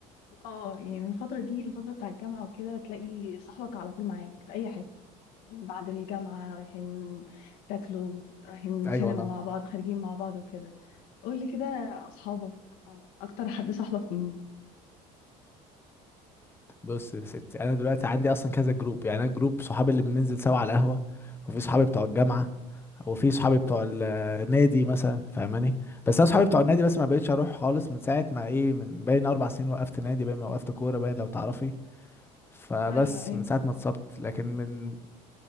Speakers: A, on the left; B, on the left.
A: اه يعني الفترة دي الفترة بتاع الجامعة وكده تلاقي صاحبك على طول معاك في أي حتة بعد الجامعة رايحين تاكلوا رايحين
B: ايوه
A: سينما
B: والله
A: مع بعض خارجين مع بعض وكده قولي كده أصحابك أكتر حد صاحبك مين؟
B: بص يا ستي انا دلوقتي عندي اصلا كذا جروب يعني انا جروب صحابي اللي بننزل سوا على القهوه وفي صحابي بتوع الجامعه وفي صحابي بتوع ال- النادي مثلا فاهماني بس انا صحابي بتوع النادي بس ما بقتش اروح خالص من ساعه ما ايه من باين اربع سنين وقفت نادي باين ما وقفت كوره باين لو تعرفي فبس
A: أيوة أيوة
B: من ساعه ما اتصبت لكن من